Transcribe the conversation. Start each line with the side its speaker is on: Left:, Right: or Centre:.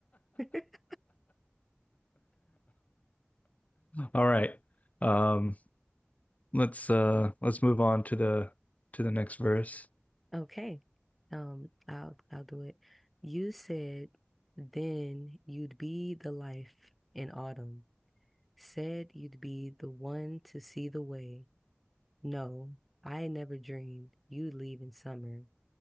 Centre: <laughs>
Left: All right. Um, let's uh let's move on to the to the next verse
Centre: Okay. Um, I'll I'll do it. You said then you'd be the life in autumn. Said you'd be the one to see the way. No, I never dreamed you'd leave in summer,